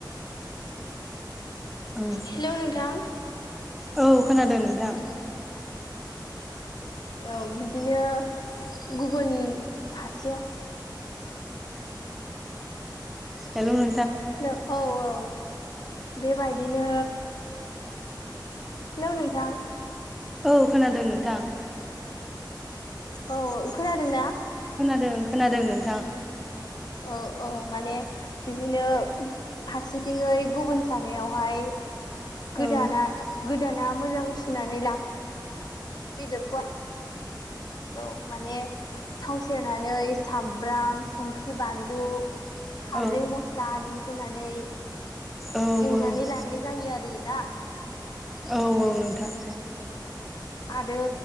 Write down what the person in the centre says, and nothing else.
औ
औ खोनादों नोंथां।
हेल' नों
औ खोनादों नोंथां।
खोनादों खोनादों नोंथां।
औ
औ
औ
औ
औ औ नोंथां।